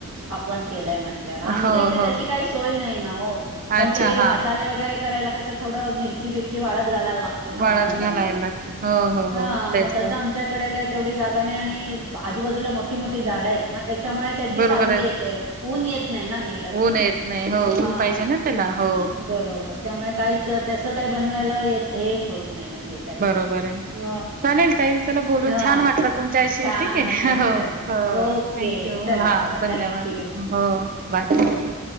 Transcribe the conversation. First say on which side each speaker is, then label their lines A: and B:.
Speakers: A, on the right; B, on the right.
A: आपण केलंय म्हंटल्यावर,, आमच्या
B: हो
A: इथे
B: हो
A: तशी काही सोय नाही ना ओ,,,
B: अच्छा
A: कारण ते
B: हा
A: मसाले वगैरेऽऽ करायला कसं थोडं मिरची बिरची व वाळत घायला लागते ना
B: वाळत
A: उन्हाात
B: घालायला
A: आणिऽऽ
B: लागते हो हो
A: हाऽऽ
B: हो तेच
A: मग तसं
B: तर
A: आमच्याकडे काही तेवढी जागा नाही आणि आजूबाजूला मोऽऽ मोठी मोठी झाडं आहेत ना,, त्याच्यामुळे त्याची
B: बरोबर
A: सावली
B: आहे
A: येते ऊन येत नाही ना नीट असं..
B: ऊन येत हो,
A: हा
B: ऊन पाहिजे ना त्याला. हो
A: बरोबर त्यामुळे काहीच तस काही बनवायला हेच होत नाही म्हणजे काही..
B: रोबर आहे,
A: हो
B: चालेल ताई चला बोलून
A: हा
B: छान वाटलं तुमच्याशी
A: छान
B: ठीक आहे..
A: वाटलं
B: हो,
A: ओके
B: थँक यू,,
A: चला
B: हा.
A: चला
B: धन्यवाद.
A: थँक्यू
B: हो, बाय.
A: हो